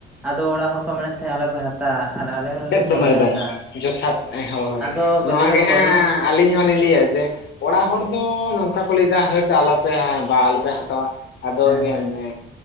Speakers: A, in the centre; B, on the left.
A: ᱟᱫᱚ ᱚᱲᱟᱜ ᱦᱚᱲ ᱠᱚ ᱢᱮᱱᱮᱫ ᱛᱟᱦᱮᱜ ᱟᱞᱚᱯᱮ ᱦᱟᱛᱟᱣᱟ ᱟᱨ ᱟᱞᱮ ᱦᱚᱸ ᱞᱮ
B: ᱮᱠᱫᱚᱢ
A: ᱞᱟᱹᱭᱮᱜ ᱛᱮᱦᱮᱜ ᱵᱟᱞᱮ
B: ᱮᱠᱫᱚᱢ
A: ᱦᱟᱛᱟᱣᱟ
B: ᱡᱚᱛᱷᱟᱛ ᱦᱳᱭ
A: ᱟᱫᱚ
B: ᱱᱚᱣᱟ
A: ᱞᱟᱹᱭ
B: ᱜᱮ
A: ᱫᱟᱠᱚ
B: ᱦᱟᱸᱜ
A: ᱵᱟᱵᱤᱱ
B: ᱟᱹᱞᱤᱧ ᱦᱚᱞᱤᱧ ᱞᱟᱹᱭᱟ ᱡᱮ ᱚᱲᱟᱜ ᱦᱚᱲ ᱫᱚ ᱱᱚᱝᱠᱟ ᱠᱚ ᱞᱟᱹᱭᱫᱟ ᱦᱟᱹᱴ ᱟᱞᱚᱯᱮ ᱵᱟ ᱟᱞᱚᱯᱮ ᱦᱟᱛᱟᱣᱟ᱾ ᱟᱫᱚ
A: ᱦᱮᱸ
B: ᱧᱮᱞ
A: ᱦᱮᱸ
B: ᱢᱮ